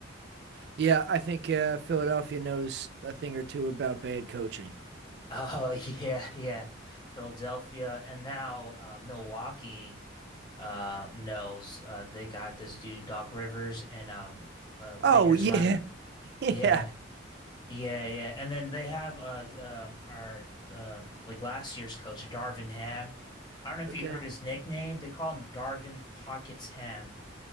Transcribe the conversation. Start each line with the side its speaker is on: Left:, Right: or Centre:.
Right: yeah. I think uh, Philadelphia knows a thing or two about bad coaching.
Left: Oh, <laughs> yeah, yeah. Philadelphia and now uh Milwaukee uh knows uh they got this dude Doc Rivers and um uh
Right: Oh,
Left: Lakers
Right: yeah.
Left: last
Right: <laughs>
Left: yeah.
Right: Yeah.
Left: Yeah, yeah. And then they have uh um our uh like last year's coach, Darvin Ham. I don't know if
Right: Okay.
Left: you heard his nickname. They call him Darvin Pockets Ham.